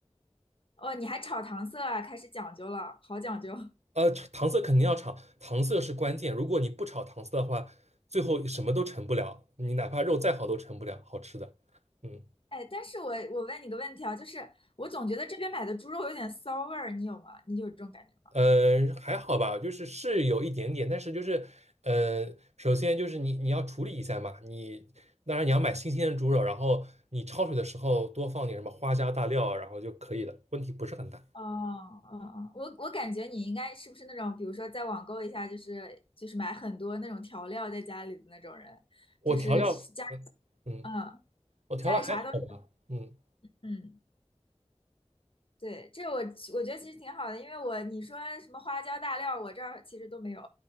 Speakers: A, on the left; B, on the right.
A: 哦，你还炒糖色啊，开始讲究了，好讲究。
B: 呃，糖色肯定要炒，糖色是关键，如果你不炒糖色的话，最后什么都成不了，你哪怕肉再好都成不了好吃的。嗯。
A: 哎，但是我我问你个问题啊，就是我总觉得这边买的猪肉有点骚味儿，你有吗？你有这种感觉吗？
B: 嗯呃，还好吧，就是是有一点点，但是就是，呃，首先就是你你要处理一下嘛，你当然你要买新鲜的猪肉，然后你焯水的时候多放点什么花椒大料，然后就可以了，问题不是很大。
A: 哦，哦哦，我我感觉你应该是不是那种，比如说在网购一下，就是就是买很多那种调料在家里的那种人，
B: 我调料，
A: 就是家里
B: 嗯，
A: 嗯
B: 我调料还好吧，
A: 家里啥都有
B: 嗯，
A: 嗯对，这我我觉得其实挺好的，因为我你说什么花椒大料，我这儿其实都没有。